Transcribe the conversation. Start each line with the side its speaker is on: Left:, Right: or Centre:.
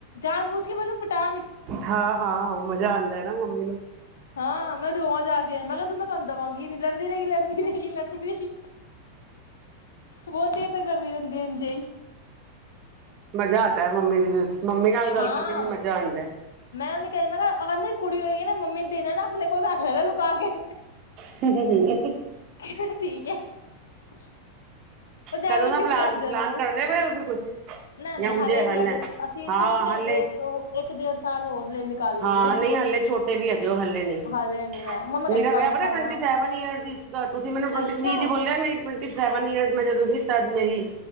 Left: ਜਾਣ ਬੂਝ ਕੇ ਮੈਨੂੰ ਪਿਟਾ
Right: ਹਾਂ, ਹਾਂ। ਮਜ਼ਾ ਆਉਂਦਾ ਹੈ ਨਾ ਮੰਮੀ ਨੂੰ
Left: ਹਾਂ ਮੈਂ ਦੋਵਾਂ ਜਾ ਕੇ ਮੈਂ ਕਿਹਾ ਤੂੰ ਮੈਂ ਤੁਹਾਨੂੰ ਦੇਵਾਂਗੀ ਨ ਲੜਦੀ ਰਹੇਗੀ, ਲੜਦੀ ਰਹੇਗੀ ਲੜਦੀ ਰਹੇਗੀ ਬਹੁਤ ਚਰ ਤੱਕ ਲੜਦੀ ਰਹਿੰਦੀ ਅਜੇ
Right: ਮਜ਼ਾ ਆਤਾ ਮੰਮੀ, ਮੰਮੀ ਨਾਲ ਗੱਲ
Left: ਹਾਂ
Right: ਕਰਕੇ ਵੀ ਮਜ਼ਾ ਆਉਂਦਾ।
Left: ਮੈਂ ਉਹਨੂੰ ਕਹਿ ਮੈਂ ਕਿਹਾ ਅਗਰ ਮੇਰੀ ਕੁੜੀ ਹੋਏਗੀ। ਨਾ ਮੰਮੀ ਦੇਨ ਨਾ ਆਪਣੇ ਕੋਲ ਰੱਖ ਲੈਣਾ ਲੁਕਾ ਕੇ
Right: ਹ ਹੈ।
Left: ਕਹਿੰਦਾ <unintelligible> ਉਹ ਜਾਇਬੁੱਝ
Right: ਕਦੋਂ ਨਾ
Left: ਕੇ
Right: ਪਲਾਨ,
Left: ਪਟਾਉਂਦੇ
Right: ਪਲਾਨ
Left: ਆ ਮੈਨੂੰ
Right: ਕਰਦੇ ਪਏ ਫਿਰ ਕੁਛ
Left: ਨਹੀਂ ਨਹੀਂ
Right: ਜਾਂ ਹ
Left: ਹਾਲੇ
Right: ਜੇ ਹਨ
Left: ਨਹੀਂ ਅਜੇ ਅਸੀਂ
Right: ਹਾਂ
Left: ਸੋਚ ਰਹੇ
Right: ਹਾਲੇ
Left: ਜੇ ਇੱਕ ਇੱਕ ਡੇਢ ਸਾਲ ਹੋਰ ਲਈ ਨਿਕਾਲ ਲਈਏ
Right: ਹਾਂ ਨਹੀਂ ਹਾਲਲੇ ਛੋਟੇ ਵੀ ਹੈਗੇ ਹੋ ਹਲੇੇ ਨਹੀਂ
Left: ਹਾਲੇ ਨਹੀਂ ਮੈਂ ਮੰਮਾ ਕਹਿੰਦੀ
Right: ਮੇਰਾ
Left: ਕਰ
Right: ਵਿਆਹ
Left: ਲੈ
Right: ਪਤਾ
Left: ਕਰ
Right: ਟਵੰਟੀ
Left: ਲੈ
Right: ਸੈਵਨ ਈਅਰ ਦੀ ਤੁਸੀਂ ਮੈਨੂੰ ਟਵੰਟੀ
Left: ਅੱਛਾ
Right: ਥ ਦੀ ਬੋਲਿਆ ਮੇਰੀ ਟਵਟੀ ਸੈਵਨ ਈਅਰ ਮੈਂ ਜਦਸੀਂ ਤਦ ਮੇਰੀ